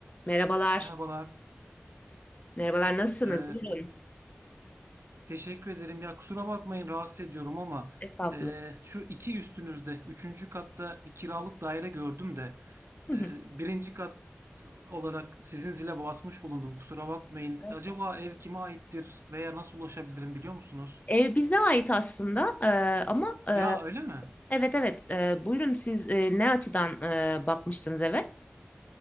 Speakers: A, on the left; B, on the right.
A: Merhabalar.
B: Merhabalar.
A: Merhabalar, nasılsınız?
B: Ee,
A: Buyurun.
B: teşekkür ederim. Ya kusura bakmayın rahatsız ediyorum ama
A: Estağfurullah.
B: e, şu iki üstünüzde, üçüncü katta bir kiralık daire gördüm de
A: Hı
B: e,
A: hı.
B: birinci kat olarak sizin zile basmış bulundum. Kusura bakmayın.
A: Estağfurullah.
B: Acaba ev kime aittir veya nasıl ulaşabilirim biliyor musunuz?
A: Ev bize ait aslında e, ama e,
B: Ya öyle mi?
A: evet evet e, buyurun siz e, ne açıdan e, bakmıştınız eve?